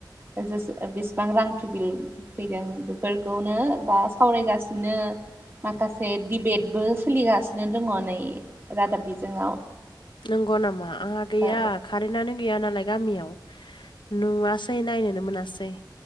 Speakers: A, on the right; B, on the left.
A: हाजासे ओ बेसेबां रां टुबिल फैदों बेफोरखौनो दा सावरायगासिनो माखासे दिबेटबो सोलिगासिनो दङ नै रादाब बिजोङाव।
B: नंगौ नामा आंहा गैया
A: औ
B: कारेन्टनो गैया नालाय गामियाव नुवासै नायनोनो मोनासै